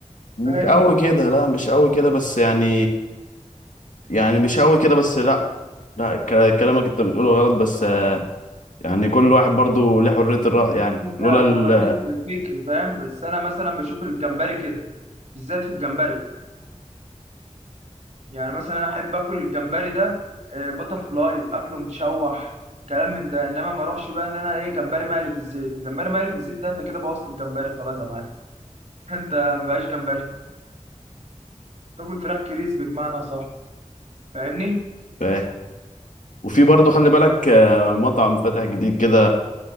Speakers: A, on the left; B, on the right.
A: مش
B: فاهم
A: قوي كده لا مش قوي كده بس يعني يعني مش قوي كده بس لا لا ك- كلامك انت بتقوله غلط بس يعني كل واحد برضو ليه حرية الرأي يعني
B: هي
A: لولا ال
B: هوريك الفكر فاهم بس انا مثلا بشوف الجمبري كده بالذات في الجمبري يعني مثلا انا احب اكل الجمبري ده آه، بتر فلاي اكله متشوح كلام من ده انما ما اروحش بقى ان انا ايه جمبري مقلي في الزيت الجمبري مقلي في الزيت ده انت كده بوظت الجمبري خلاص يا معلم <laughs> انت مبقاش جمبري تاكل فراخ كريسبي بمعنى صح فاهمني
A: آه. وفي برضو خلي بالك آه، مطعم فتح جديد كده